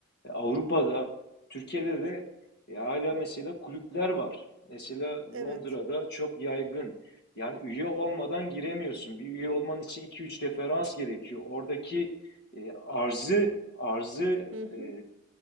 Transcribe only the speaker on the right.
Evet.
Hı hı.